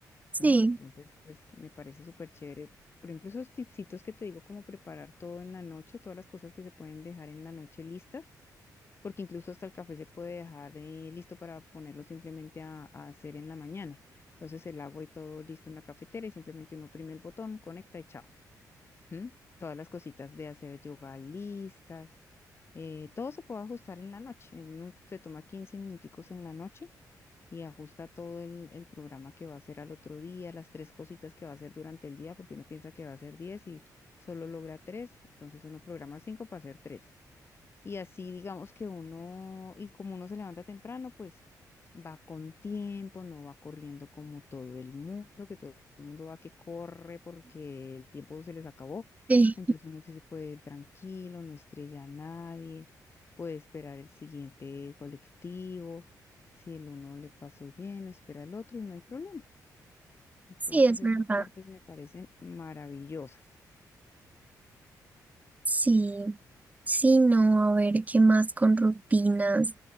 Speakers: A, on the right; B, on the left.
A: sí,
B: ¿no? Entonces, pues me parece súper chévere. Por ejemplo, esos tipsitos que te digo, como preparar todo en la noche, todas las cosas que se pueden dejar en la noche listas, porque incluso hasta el café se puede dejar eh, listo para ponerlo simplemente a, a hacer en la mañana. Entonces, el agua y todo listo en la cafetera y simplemente uno oprime el botón, conecta y chao. ¿Mm? Todas las cositas de hacer yoga listas. eh, todo se puede ajustar en la noche. en un- se toma 15 minuticos en la noche y ajusta todo el, el programa que va a hacer al otro día, las tres cositas que va a hacer durante el día, porque uno piensa que va a hacer 10 y solo logra tres, entonces uno programa cinco para hacer tres. Y así digamos que uno, y como uno se levanta temprano, pues va con tiempo, no va corriendo como todo el mundo, que todo el mundo va que corre porque el tiempo se les acabó.
A: sí,
B: Entonces uno sí se puede ir tranquilo, no estrella a nadie, puede esperar el siguiente colectivo. Si el uno le pasó lleno, espera el otro y no hay problema. Entonces
A: sí, es
B: esas
A: verdad.
B: partes me parecen maravillosas.
A: Sí, sí, no, a ver, ¿qué más con rutinas?